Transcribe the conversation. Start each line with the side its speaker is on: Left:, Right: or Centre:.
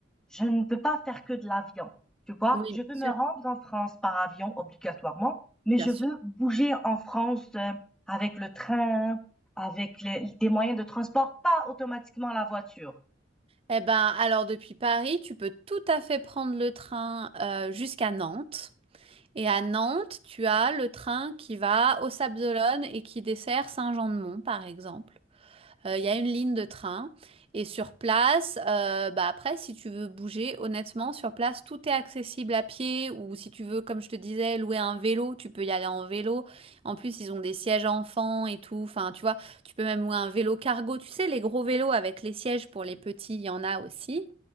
Centre: Je ne peux pas faire que de l'avion, tu vois?
Right: Oui, bien
Centre: Je veux
Right: sûr,
Centre: me rendre en France par avion obligatoirement, mais je
Right: bien sûr.
Centre: veux bouger en France euh, avec le train, avec les- des moyens de transport, pas automatiquement la voiture.
Right: Eh ben, alors depuis Paris, tu peux tout à fait prendre le train euh, jusqu'à Nantes. Et à Nantes, tu as le train qui va aux Sables-d'Olonne et qui dessert Saint-Jean-de-Mont, par exemple. Euh, Il y a une ligne de train. Et sur place, euh, bah après, si tu veux bouger, honnêtement, sur place, tout est accessible à pied. Ou si tu veux, comme je te disais, louer un vélo, tu peux y aller en vélo. En plus, ils ont des sièges enfants et tout. Enfin, tu vois, tu peux même louer un vélo cargo. Tu sais, les gros vélos avec les sièges pour les petits, il y en a aussi.